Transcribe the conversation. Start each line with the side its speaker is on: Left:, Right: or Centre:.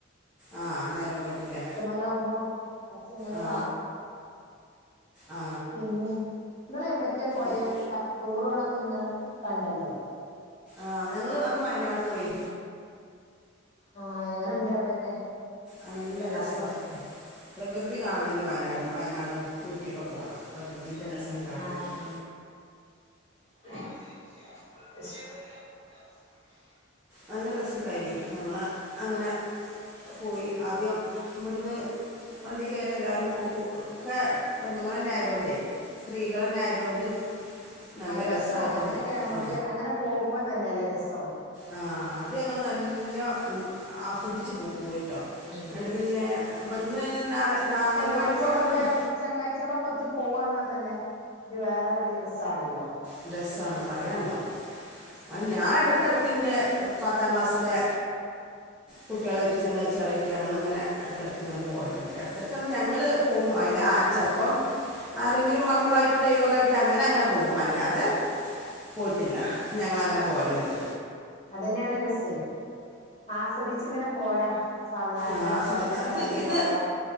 Centre: ആ നേരം വൈകൂലേ
Left: മഴ ആകുമ്പോൾ ഇങ്ങനെ
Centre: ആ ആ
Left: പിന്നെ നിങ്ങൾ എവിടെയൊക്കെയാ പോയത്.
Centre: ഇ-
Left: ടൂറിന് നിങ്ങളെ കണ്ടല്ലോ
Centre: ആഞങ്ങള് അന്ന് വയനാട് പോയി
Left: ആഎങ്ങനെയുണ്ട് അവിടെയൊക്കെ
Centre: നല്ല
Left: വയനാട്ടിലൊക്കെ
Centre: രസം പ്രകൃതി കാണണമെങ്കിൽ വയനാടും ഊട്ടിയൊക്കെ പോകണം പ്രകൃതിൻ്റെ
Left: ഉ
Centre: രസം
Left: ഞാന
Centre: കാണണമെങ്കിൽ
Left: <unintelligible> <unintelligible>
Centre: നല്ല രസമുണ്ടായിരുന്നു. ഞങ്ങൾ അങ്ങനെ പോയി ആദ്യം ഇവിടുന്ന് വണ്ടി കയറി എല്ലാരും പോയി. എല്ലാം പെണ്ണുങ്ങൾ തന്നെ പോയത് കൊണ്ട് സ്ത്രീകൾ തന്നെ ആയതുകൊണ്ട് നല്ല
Left: ആ രസമാണ്
Centre: രസമായിട്ട്
Left: അങ്ങനെയൊക്കെ
Centre: പോയി
Left: നമ്മുക്ക്
Centre: ആ
Left: അങ്ങനെ പോകുമ്പോ തന്നെയല്ലേ രസം
Centre: ആ അത് ഞങ്ങൾ നല്ലവണ്ണം ആസ്വദിച്ചു പോവും പോയിട്ടോ
Left: ഉം
Centre: എന്നിട്ട് പിന്നെ ഇവിടുന്ന് നാല് നാല്
Left: ചങ്ങാതിമാരൊക്കെ
Centre: മണിക്ക് പുറപ്പെടുന്നു
Left: ഒത്ത് പോവുക എന്ന് പറഞ്ഞാൽ തന്നെ ഇത് വേറൊരു രസമാണല്ലോ
Centre: അത്‌ രസമാണ് പറയാനുണ്ടോ അത് ഞാൻ അതിന്റെ ഇടക്ക് എന്റെ പത്താംക്ലാസ്സിന്റെ കുട്ടികളുമായിട്ട്, ചങ്ങാതിമാരുമായിട് ഞങ്ങൾ ഇങ്ങനെ ഇടക്കിടക്ക്ഇങ്ങനെ പോവാറുണ്ട്. ഇടക്കിടക് എന്ന് പറഞ്ഞാൽ ഞങ്ങൾപോകും അതിൽ ആ ചിലപ്പോൾ ആരെങ്കിലും മക്കളായിട്ട് ഡ്രൈവറായിട്ട് അങ്ങനെ അങ്ങനെ പോകും. അല്ല ഏ, പോയിട്ടില്ല ഞങ്ങൾ അങ്ങനെ പോവാറുണ്ട്.
Left: അത് തന്നെയാണ് രസം ആസ്വദിച്ച് ഇങ്ങനെ പോരാ സാവധാനം
Centre: ആ
Left: ഇങ്ങനെ പോരാ എല്ലാം
Centre: ഇത്
Left: കണ്ട്
Centre: ഇത്
Left: പോരാ